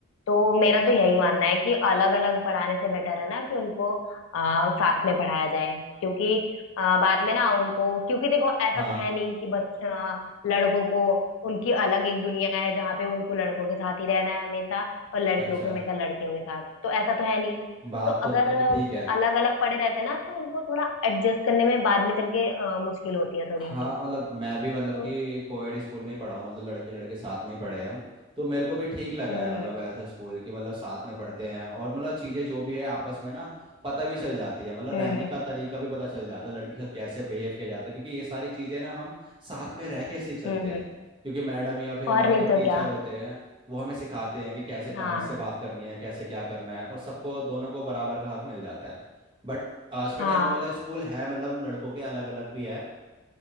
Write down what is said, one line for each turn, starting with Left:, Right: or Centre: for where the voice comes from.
Left: तो मेरा तो यही मानना है कि अलग अलग पढ़ाने से बेटर है ना कि उनको आ, साथ में पढ़ाया जाए क्योंकि आ, बाद में ना उनको क्योंकि देखो ऐसा
Right: हाँ
Left: तो है नहीं कि बच्चा लड़कों को उनकी अलग एक दुनिया है जहाँ पे उनको लड़कों के साथ ही रहना है हमेशा और लड़कियों
Right: अच्छा
Left: को हमेशा लड़कियों के साथ तो ऐसा तो है नहीं
Right: बात
Left: तो
Right: तो
Left: अगर
Right: तेरी ठीक है
Left: अलग अलग पड़े रहते ना तो उनको थोड़ा एडजस्ट करने में बाद में चल के अ, मुश्किल होती है थोड़ी
Right: हाँ
Left: सी
Right: मतलब मैं भी मतलब
Left: तो
Right: कि कोएड स्कूल में ही पढ़ा हूँ मतलब लड़के लड़के साथ में ही पढ़े हैं हम तो मेरे को भी ठीक लगा
Left: हम्म
Right: है मतलब ऐसा स्कूल कि मतलब साथ में पढ़ते हैं और मतलब चीज़ें जो भी है आपस में ना पता भी चल जाती है मतलब
Left: हम्म
Right: रहने का तरीका भी पता चल जाता है लड़की के साथ कैसे बिहेव किया जाता है क्योंकि ये सारी चीज़ें ना हम साथ में रह के सीख सकते
Left: हम्म हम्म
Right: हैं क्योंकि मैडम या फिर हमारे
Left: और नहीं
Right: जो टीचर
Left: तो क्या
Right: होते हैं वो हमें सिखाते हैं कि कैसे तमीज़
Left: हाँ
Right: से बात करनी है कैसे क्या करना है और सबको दोनों को बराबर का हक मिल जाता है बट आज के
Left: हाँ
Right: टाइम पे मतलब स्कूल है मतलब लड़कों के अलग अलग भी है